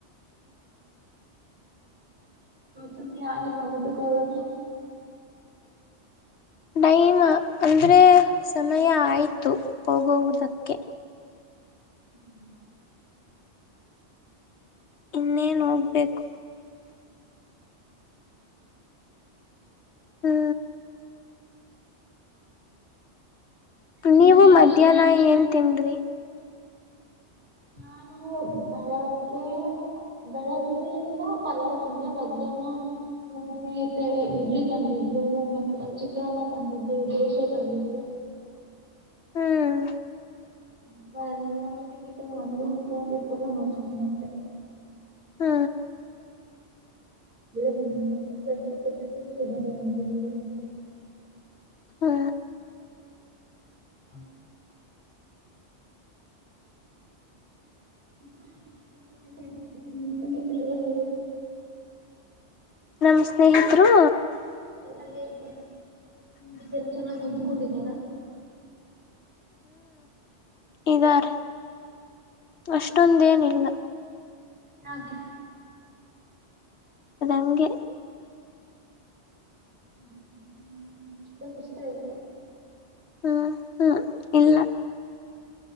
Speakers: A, on the right; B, on the left.
A: ಸಮ್ಮಯ ಆಗಿಲ್ಲ ಊಟಕ್ಕೆ ಹೋಗತ್ತು.
B: ಟೈಮ್ ಅಂದ್ರೆ ಸಮಯ ಆಯ್ತು ಹೋಗುವುದಕ್ಕೆ.
A: ಹ್ಮ್.
B: ಇನ್ನೇನ್ ಹೋಗ್ಬೇಕು. ಹ್ಮ್.
A: ನಿಮ್ಗೇನೇನ್
B: ನೀವು ಮಧ್ಯಾಹ್ನ
A: ಇಷ್ಟ?
B: ಏನ್ ತಿಂದ್ರಿ.
A: ನಾನು ಬೆಳಗ್ಗೆ ಬೆಳಗ್ಗೆ ಎಲ್ಲ ಪಲತಿಂದ ಮಧ್ಯಾಹ್ನ. ನಮ ಸ್ನೇಹಿತ ಇಡ್ಲಿ ತಂದಿದ್ಲು ಮತ್ತ ಚಿತ್ರಾನಾ ತಂದಿದ್ಲು ದೋಸೆ ತಂದಿದ್ಲು. <inaudible>
B: ಹ್ಮ್
A: ಅವ ಎನ್ನಷ ಇ ಒಂದುಷ ಎಪ್ಪಲ್ಲ ಮಾಡೋಚ್ಕೊಂಡತಾರೆ.
B: ಹ್ಮ.
A: ನಿಂ ಜಸ್ತಿ ಕೊದ ಒಂತ <unintelligible>
B: ಹಾ
A: ಹ್ಮ <unintelligible>
B: ನಮ್ಮ್ ಸ್ನೇಹಿತರು
A: ಎಲ್ಲಾ ಹೇಗೆ ನಿಮ ಜೊತೆ ಎಲ್ಲ ಚೆನ್ನಾಗಿ ಹೊಂದಕೊಂಡಿದ್ದಾರ
B: ಇದಾರೆ ಅಷ್ಟೊಂದೇನಿಲ್ಲ
A: ಯಾಕೆ
B: ಅದಂಗೆ
A: <unintelligible>
B: ಹ್ಮ ಹ್ಮ್ ಇಲ್ಲಾ